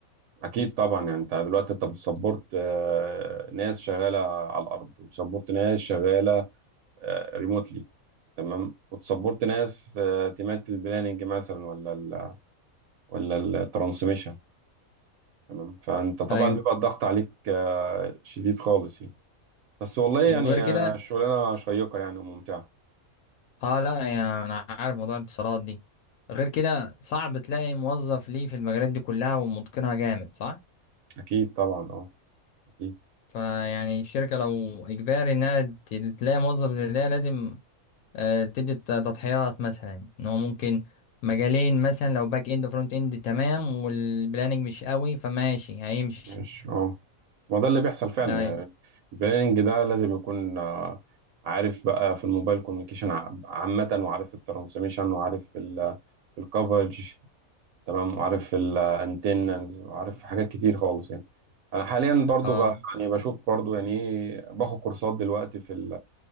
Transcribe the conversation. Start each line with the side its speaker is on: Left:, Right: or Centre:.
Right: اكيد طبعا يعني انت دلوقتي انت بتسبورت آه، ناس شغاله على الارض وتسبورت ناس شغاله ريموتلي تمام وتسبورت ناس في تيمات البلاننج مثلا ولا ال ولا الترانسميشن تمام فانت طبعا
Left: ايوه
Right: بيبقى الضغط عليك آه، شديد خالص يعني بس والله يعني
Left: وغير كده
Right: آه، الشغلانه شيقه يعني وممتعه
Left: اه لا يعني انا عارف موضوع الاتصالات دي غير كده صعب تلاقي موظف ليه في المجالات دي كلها ومتقنها جامد صح
Right: اكيد طبعا اه اكيد
Left: فيعني الشركة لو اجباري انها ت- تلاقي موظف زي ده لازم آه، تدي ت- تضحيات مثلا ان هو ممكن مجالين مثلا لو باك اند وفرونت اند تمام والبلاننج مش قوي فماشي هيمشي
Right: ماشي اه ما ده اللي بيحصل فعلا
Left: ايوه
Right: يعني البلاننج ده لازم يكون آه، عارف بقى في الموبايل كوميونيكيشن عامة وعارف الترانسميشن وعارف ال- في الكفرج تمام وعارف الانتنز وعارف حاجات كتير خالص يعني انا حاليا برضو
Left: اه
Right: ب- يعني بشوف برضو يعني إيه، باخد كورسات دلوقتي في ال